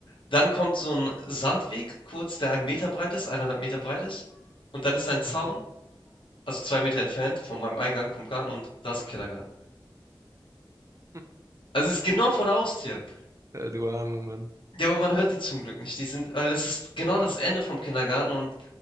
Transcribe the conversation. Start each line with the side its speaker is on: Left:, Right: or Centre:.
Left: dann kommt so ein Sandweg kurz, der 1 Meter breit ist, eineinhalb Meter breit ist und dann ist ein Zaun
Right: Mhm.
Left: also 2 Meter entfernt von meinem Eingang vom Garten und da ist ein Kindergarten.
Right: <laughs>
Left: Also, es ist genau vor der Haustür.
Right: Äh, Du armer Mann.
Left: Ja, aber man hört die zum Glück nicht. Die sind weil das ist genau das Ende vom Kindergarten und